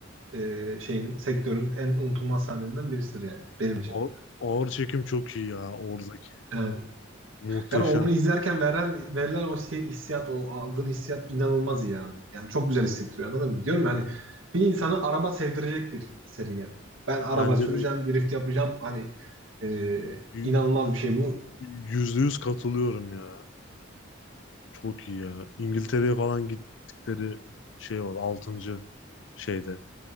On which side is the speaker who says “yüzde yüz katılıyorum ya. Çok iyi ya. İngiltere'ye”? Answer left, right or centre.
Left